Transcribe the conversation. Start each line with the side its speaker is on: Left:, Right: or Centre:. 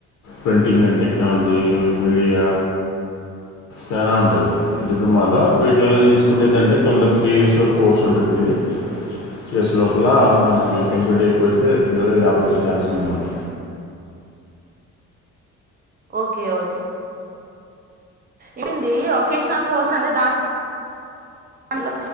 Left: ప్రింటింగ్ అండ్ టెక్నాలజీ మీడియా చానా ఉంట. టయి డిప్లొమాలో వీటిలలో తీసుకుంటే ఎదంటే. తొందర త్రీ ఇయర్స్ కోర్స్ ఉంటది. ఇది త్రీ ఇయర్స్ లోపల మనకి కంప్లీట్ అయిపోయిది. తే తొందరగా జాబుచ్చే ఛాన్స్ ఉందనమాట.
Right: Okay okay. ఇదేంది ఓకేషనల్ కోర్స్ అంటే దా. లో